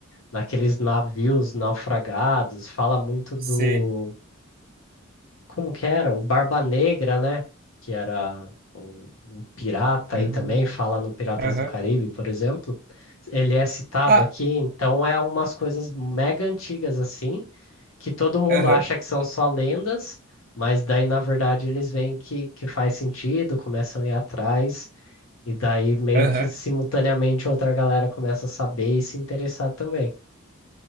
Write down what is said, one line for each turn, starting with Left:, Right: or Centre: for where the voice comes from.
Left: naqueles navios naufragados, fala muito do,
Right: Sei.
Left: como que era? O Barba Negra, né? Que era um, um pirata
Right: Hum,
Left: aí também, fala no Piratas
Right: Aham.
Left: do Caribe, por exemplo. Ele é citado
Right: Ah,
Left: aqui, então é umas coisas mega antigas assim, que todo mundo
Right: aham,
Left: acha que são só lendas, mas daí na verdade eles veem que, que faz sentido, começam a ir atrás. E daí, meio
Right: aham.
Left: que simultaneamente, outra galera começa a saber e se interessar também.